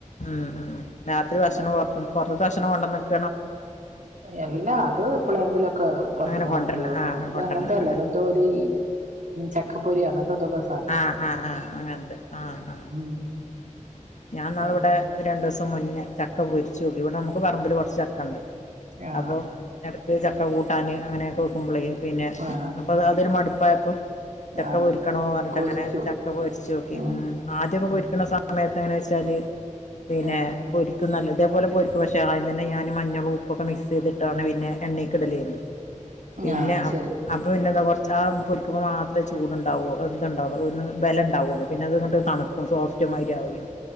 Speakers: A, on the left; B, on the right.
A: ഉം, ഉം രാത്രി ഭക്ഷണം പൊറത്ത്ന്ന്. പൊറത്ത്ത്തെ ഭക്ഷണം കൊണ്ടന്ക്കാ.
B: എല്ലാ, അത് എപ്പളേങ്കിലൊക്കെ പൊറത്ത്ന്ന്
A: അങ്ങനെ കൊണ്ടരണ
B: കൊണ്ടരലൊള്ളൂ.
A: ആഹ്
B: ഇത്
A: കൊണ്ടരണ
B: അങ്ങനത്തല്ല.
A: അങ്ങനെ
B: ഇത് ഇത് ഒരീ ചക്കപൊരി അങ്ങൻതെ ന്തൊക്കെ.
A: ആഹ്, ആഹ്, ആഹ്, അങ്ങനത്തെ ആഹ്, ആഹ്
B: ഉം
A: ഞാന്നാള്
B: പിന്നെ
A: വിടെ രണ്ടൂസം. മുന്നേ ചക്ക പൊരിച്ചോക്കി. ഇവിടെ നമുക്ക് പറമ്പില് കൊറച്ച് ചക്കണ്ട്
B: ആഹ്
A: അപ്പൊ. എടക്ക് ചക്ക കൂട്ടാന് അങ്ങനെ ക്കെ വെക്കുമ്പളേ. പിന്നെ,
B: ആഹ്
A: അപ്പ അതൊരു മടുപ്പായപ്പോ. ചക്ക
B: ആഹ്
A: പൊരിക്കണോറഞ്ഞിട്ട്,
B: പൊരിച്ചു
A: അങ്ങനെ ചക്ക പൊര് ച്ചോക്കി.
B: ഉം
A: മ് ആദ്യൊക്കെ
B: ഉം
A: പൊരിക്ണ സമ.. സമയത്ത് എങ്ങനെ ച്ചാല്, പിന്നെ
B: ആഹ്
A: പൊരിക്കും. നല്ല ഇതേപോലെ പൊരി പക്ഷെ. ആദ്യം തന്നെ ഞാന് മഞ്ഞളും ഉപ്പൊക്കെ മിക്സെത്ട്ടാണ്. പിന്നെ എണ്ണീക്ക്ടല്. പിന്നെ,
B: ആഹ് ശരി
A: അപ്പൊ പിന്നെന്താ കൊറച്ച് ആ പൊരിക്കുമ്പോ മാത്രേ ചൂടുണ്ടാവോളൂ. ത്ണ്ടാ വൊളു. ഒന്ന് ഭലണ്ടാവൊള്ളൂ. പിന്നെ അത്ങ്ങട്ട് തണുക്കും. സോഫ്റ്റ് മാരി ആവേനു.